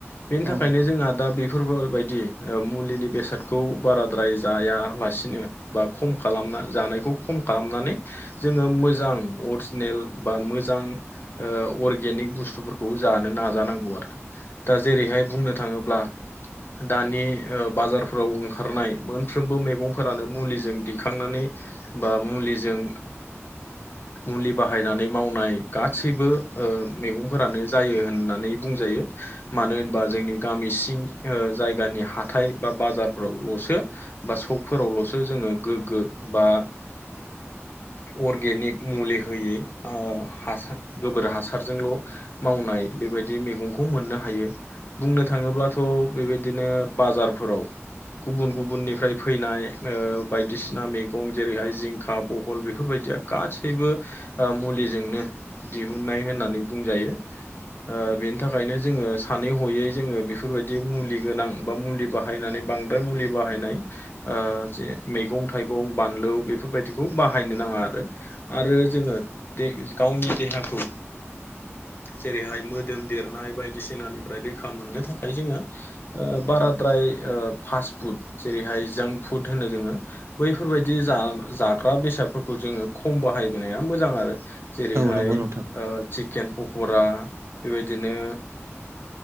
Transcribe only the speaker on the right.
औ
औ नंगौ नोंथां